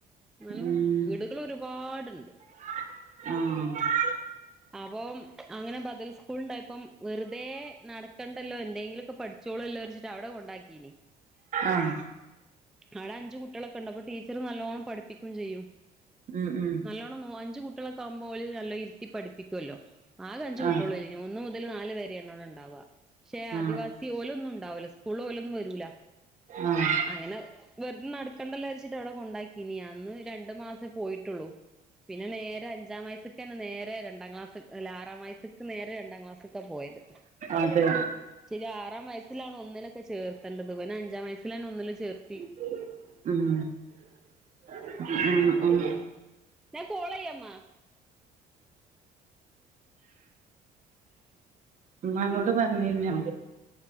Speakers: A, in the centre; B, on the right (about 45°).
A: എന്നാലും
B: ഉം
A: വീടുകൾ ഒരുപാടുണ്ട്.
B: ആഹ്
A: ആപോം അങ്ങനെ ബദൽസ്കൂൾ ഉണ്ടായപ്പം വെറുതെ നടക്കണ്ടല്ലോ എന്തെങ്കിലൊക്കെ പഠി ച്ചോളുല്ലചാരിച്ചിട്ട് അവിടെ കൊണ്ടാക്കീനി.
B: ആഹ്
A: ആടെ അഞ്ചു കുട്ടികളൊക്കുണ്ട് അപ്പൊ ടീച്ചർ നല്ലോണം പഠിപ്പിക്കും ചെയ്യും.
B: ഉം ഉം
A: നല്ലോണന്നോ അഞ്ച് കുട്ടികളക്കാവുമ്പോ ഓല് നല്ല ഇരുത്തി പഠിപ്പിക്കൊല്ലോ ആകെ അഞ്ചു
B: ആഹ്
A: കുട്ടികളയ്ല് ന്നെ ഒന്ന് മുതൽ നാല് വരേണ് അവിടെണ്ടാവ. ക്ഷെ ആദിവാസി
B: ആഹ്
A: ഓലൊന്നുണ്ടാവൂല്ല സ്കൂൾ ഓലൊന്നു വരൂല.
B: ആഹ്
A: അങ്ങനെ വെറുത് നടക്കണ്ടല്ലോ യാരിച്ചിട്ട് അവിടെ കൊണ്ടാക്കീനി അന്ന് രണ്ടു മാസേ പോയിട്ടൊള്ളു. പിന്നെ നേരെ അഞ്ചാം വയസ്സ്ക്കെന്നെ നേ തേ രണ്ടാം ക്ലാസ് അല്ല ആറാം വയസ്ക്ക് നേരെ രണ്ടാം ക്ലാസ്സ്ക്ക പോയത്.
B: അതെ
A: ശരി ആറാം വയസ്സിലാണ് ഒന്നിലൊക്കെ ചേർത്തണ്ടത്. ഇവനെ അഞ്ചാംവയസ്സിലന്നെ ഒന്നില് ചേർത്തി.
B: മ് ആഹ് ആഹ് ആഹ്
A: ഞാൻ കോളെയ്യമ്മ
B: മ്മാനോട് പറഞ്ഞിനോ?